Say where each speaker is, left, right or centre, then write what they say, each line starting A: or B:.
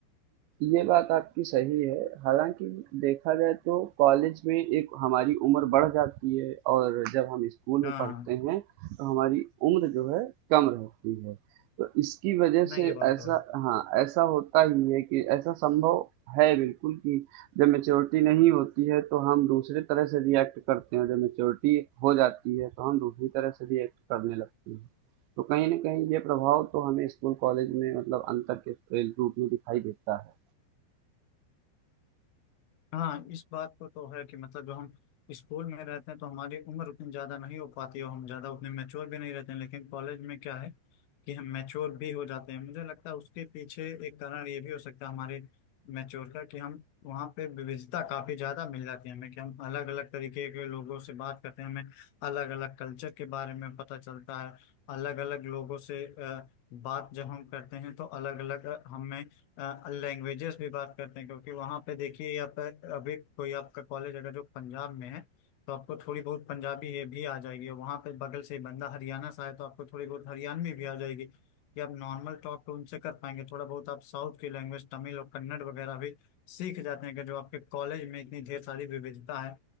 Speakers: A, on the right; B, on the left.
A: ये बात आपकी सही है। हालाँकि देखा जाए तो कॉलेज में एक हमारी उम्र बढ़ जाती है और जब हम स्कूल में
B: हाँ
A: पढ़ते हैं तो हमारी उम्र जो है कम रहती है। तो इसकी वजह
B: नहीं
A: से
B: ये बात
A: ऐसा
B: तो है
A: हाँ, ऐसा होता ही है कि ऐसा संभव है बिल्कुल कि जब मैच्योरिटी नहीं होती है तो हम दूसरे तरह से रिएक्ट करते हैं, जब मैच्योरिटी हो जाती है तो हम दूसरी तरह से रिएक्ट करने लगते हैं। तो कहीं न कहीं ये प्रभाव तो हमें स्कूल कॉलेज में मतलब अंतर के रूप में दिखाई देता है।
B: हाँ इस बात को तो है कि मतलब जो हम स्कूल में रहते हैं तो हमारी उम्र उतनी ज़्यादा नहीं हो पाती है और हम ज़्यादा उतने मैच्योर भी नहीं रहते हैं लेकिन कॉलेज में क्या है कि हम मैच्योर भी हो जाते हैं मुझे लगता है उसके पीछे एक कारण ये भी हो सकता है हमारे मैच्योर का कि हम वहाँ पे विविधता काफ़ी ज़्यादा मिल जाती है हमें कि हम अलग अलग तरीके के लोगों से बात करते हैं हमें अलग अलग कल्चर के बारे में पता चलता है अलग अलग लोगों से अ, बात जब हम करते हैं तो अलग अलग हमें लैंग्वेजेस भी बात करते हैं क्योंकि वहाँ पे देखिए आप अभी कोई आपका कॉलेज अगर जो पंजाब में है तो आपको थोड़ी बहुत पंजाबी ये भी आ जाएगी और वहाँ पे बगल से ही बंदा हरियाणा से आए तो आपको थोड़ी बहुत हरियाणवी भी आ जाएगी कि आप नॉर्मल टॉक तो उनसे कर पाएंगे थोड़ा बहुत आप साउथ की लैंग्वेज तमिल और कन्नड़ वगैरह भी सीख जाते हैं कि जो आपके कॉलेज में इतनी ढेर सारी विविधता है